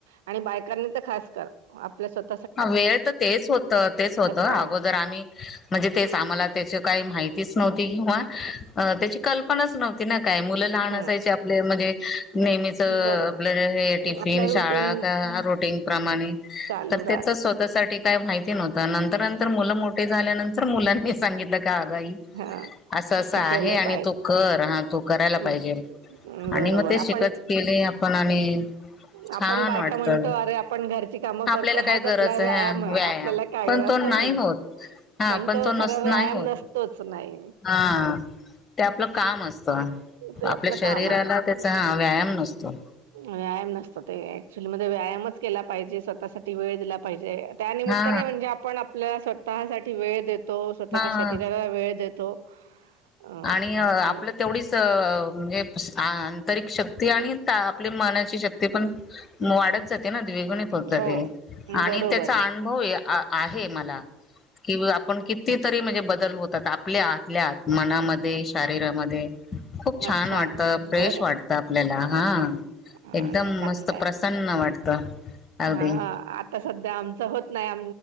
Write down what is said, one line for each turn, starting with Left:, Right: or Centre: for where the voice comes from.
Right: आणि बायकांनी तर खास कर आपल्या स्वतः-
Left: हा वेळ तर तेच होत तेच होतं
Right: पाहिजे.
Left: अगोदर आम्ही म्हणजे तेच आम्हाला त्याची काही माहितीच- किंवा त्याची कल्पनाच नव्हती. काय मुलं लहान
Right: हम्म
Left: असायचे आपले म्हणजे नेहमीच आपलं
Right: बरोबर
Left: हे टिफिन
Right: आपलं रुटीन
Left: शाळा का- प्रूटीन प्रमाणे
Right: चालू
Left: त्याच
Right: राहत
Left: स्वतःसाठी काय माहिती नव्हत. नंतर नंतर मुलं मोठे झाल्यानंतर मुलांनी सांगितलं- अगं आई
Right: हा.
Left: असं असं
Right: हे
Left: आहे
Right: केलं
Left: आणि
Right: पाहिजे
Left: तो कर हा तो करायला
Right: हम्म,
Left: पाहिजे. आणि
Right: बरोबर
Left: मग ते
Right: आपण
Left: शिकत केले आपण आणि- छान
Right: आपण बायका
Left: वाटतं
Right: म्हणतो अरे आपण घरच्या- काम
Left: आपल्याला
Right: करतो
Left: काय
Right: हाच
Left: गरज
Right: आपला व्यायाम
Left: हा
Right: आहे.
Left: व्यायाम
Right: <unintelligible>
Left: पण तो
Right: असं
Left: नाही
Right: म्हणतात.
Left: होत. हा
Right: पण तो
Left: नस
Right: सर्व
Left: नाही
Right: - कायाम
Left: होत
Right: नसतोच नाही.
Left: हा. ते आपलं काम असत.
Right: ते
Left: आपल्या
Right: आपलं
Left: शरीराला
Right: काम आहे.
Left: त्याचा ह व्यायाम नसतो.
Right: व्यायाम नसतो ते ऍक्च्युली व्यायामच केला पाहिजे स्वतःसाठी वेळ दिला पाहिजे त्यानिमित्तने
Left: हा
Right: म्हणजे आपण- आपल्याला स्वतः साठी वेळ देतो स्वतःच्या
Left: हा.
Right: शरीराला वेळ देतो. अ
Left: आणि आपलं
Right: आणि
Left: तेवढीच- म्हणजे आंतरिक शक्ती आणि आपल्या मनाची शक्ती पण वाढत जाते ना. वे पत
Right: हो
Left: आणि
Right: बरोबर
Left: त्याचा
Right: आहे.
Left: अनुभव. आहे मला कि आपण किती तरी म्हणजे बदल होतात आपल्या आतल्यात- मनामध्ये शारीरामध्ये खूप छान
Right: अच्छा
Left: वाटत फ्रेश
Right: बरं
Left: वाटत आपल्याला हा
Right: हा
Left: एकदम
Right: नाही चांगलं
Left: मस्त
Right: आहे.
Left: प्रसन्न वाटतं अगदी
Right: हा आता सध्या आमच होत नाही आ